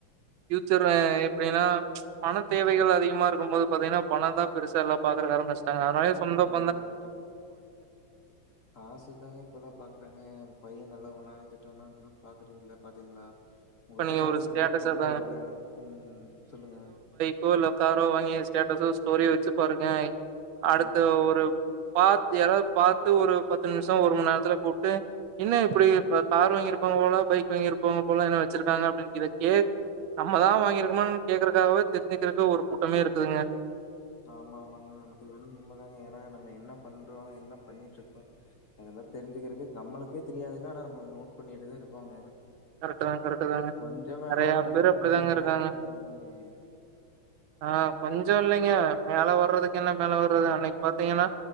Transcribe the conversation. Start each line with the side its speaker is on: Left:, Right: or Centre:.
Right: ஃபியூச்சர்ரு எப்டின்னா பண தேவைகள் அதிகமா இருக்கும்போது பாத்தீங்கன்னா பணந்தான் பெருசா எல்லாம் பாக் ருக்கு ஆரம்பிச்டாங்கா அதனாலே சொந்தொம்
Left: கரெட்டு கரெட்டுங்க காசுதாங்க இப்பல்லா பாக்குறாங்க பையன் நல்லவனா கெட்டவனான் சொல்லி பாக்குறது இல்ல பாத்தீங்ளா உங்ககிட்ட
Right: இப்ப நீங்க
Left: காசு
Right: ஒரு ஸ்டேட்டஸ்
Left: இருந்தா சொந்தொ
Right: அதான்
Left: வருங்க ம் சொல்லுங்க
Right: டூவிலோ காரோ வாங்கி ஸ்டேட்டஸோ ஸ்டோரிய வச்சு பாருங்க அடுத்த
Left: ம்
Right: ஒரு பாத்து யாராவ்து பாத்து ஒரு பத்து நிமிஷம் ஒரு மணி நேரத்துல கூப்ட்டு என்ன இப்டி இப்ப கார் வாங்கியிருப்பாங்க போல பைக் வாங்கியிருப்பாங்க போல என்ன வச்சிருக்காங்க அப்டின் இத கேக் நம்ம தா வாங்கியிருக்கோமன் கேக்குறக்காவத் தெரிஞ்சுக்கிறக்கு ஒரு கூட்டமே இருக்குதுங்க
Left: ஆமா ஆமாங்க அதுல வரும் உண்மதாங்க ஏன்னா நம்ம என்ன பண்றோ என்ன பண்ணிட்டு இருக்கோ அதெல்லா தெரிஞ்சிகிறக்கே நம்மளுக்கே தெரியாதுங்க ஆனா நம்மள நோட் பண்ணிட்டுதா இருப்பாங்க
Right: கரெக்ட் தாங்க கரெக்ட் தாங்க
Left: கொஞ்சொ மேல
Right: நெறைய
Left: வந்ட்டோம்னா
Right: பேர் அப்டிதாங்க
Left: போதுங்க
Right: இருக்காங்க
Left: ம்
Right: ஆ கொஞ்சோ இல்லைங்க மேல வர்றதுக்கு என்ன மேல வர்றது அன்னைக் பாத்தீங்கன்னா